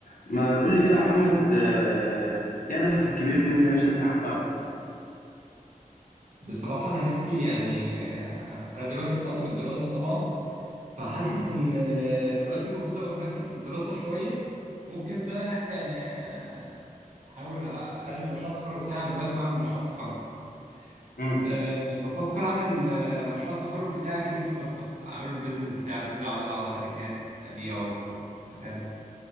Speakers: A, on the left; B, on the right.
A: ما تقول لي كده يا محمد آه، ايه هدفك الكبير اللي انت نفسك تحققه
B: بصراحة أنا نفسي يعني آه، أنا دلوقتي في فترة دراسة طبعا فحاسس
A: امم
B: إن آه، دلوقتي المفروض أبقى مركز في الدراسة شوية ممكن بقى يعني آه، أحاول أخلي مشروع التخرج بتاعي أنا دلوقتي بعمل مشروع تخرج
A: امم
B: أه بفكر أعمل آه، مشروع التخرج بتاعي كأنه ستارت أب أعمله البيزنس بتاعي أبتدي أعرضه على شركات أبيعه هكذا